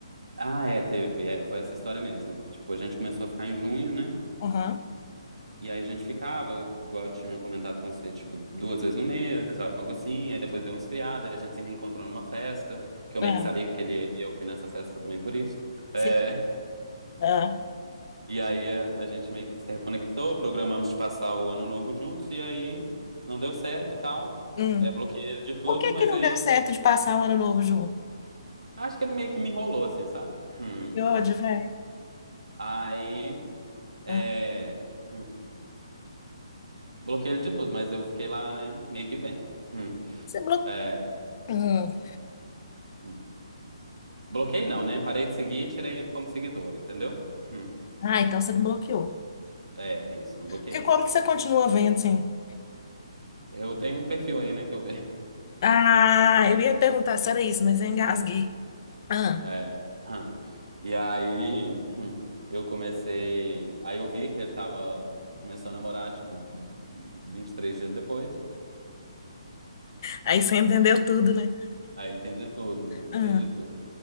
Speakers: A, on the right; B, on the left.
A: Ah, é, teve. É, foi essa história mesmo. Tipo, a gente começou a ficar em junho, né?
B: Aham.
A: E aí a gente ficava, igual eu tinha comentado com você, tipo, duas vezes no mês, algo assim. Aí depois deu uma esfriada, aí a gente se reencontrou numa festa, que eu
B: Ah,
A: meio que sabia que ele e eu fui nessa festa também por isso.
B: sim.
A: É,
B: Ah.
A: E aí a gente meio que se reconectou, programamos de passar o ano novo juntos, e aí não deu certo e tal.
B: Hum.
A: É, bloqueei ele de tudo,
B: Por que
A: mas
B: que não
A: aí
B: deu certo de passar o ano novo junto?
A: acho que ele meio que me enrolou, assim, sabe? Hum.
B: Que ódio, velho.
A: Aí é,
B: Ah.
A: hum, bloqueei ele de tudo, mas eu fiquei lá, né, meio que vendo. Hum.
B: Você
A: É,
B: bloqueou.
A: hum. Bloqueei não, né? Parei de seguir e tirei ele como seguidor, entendeu? Hum.
B: Ah, então você não bloqueou.
A: É, isso, não bloqueei.
B: Porque como que você continua vendo, assim?
A: Eu tenho um perfil aí, né, que eu vejo.
B: Ah, eu ia perguntar se era isso, mas eu engasguei. Ah,
A: É. Hum. E aí hum, eu comecei. Aí eu vi que ele tava. Começou a namorar, tipo, 23 dias depois.
B: aí você entendeu tudo, né?
A: Aí eu entendi tudo, entendi
B: Ah,
A: tudo.